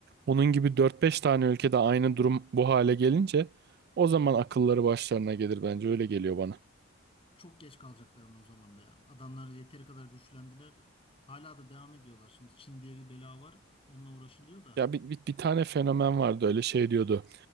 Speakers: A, on the right (about 55°); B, on the left (about 30°).
A: bunun gibi dört beş tane ülkede aynı durum bu hale gelince o zaman akılları başlarına gelir bence. Öyle geliyor bana.
B: çok geç kalacaklar ama o zaman da ya. Adamlar yeteri kadar güçlendiler. Hala da devam ediyorlar. Şimdi Çin diye bir bela var. Onunla uğraşılıyor da.
A: Ya bir, bir, bir tane fenomen vardı öyle şey diyordu.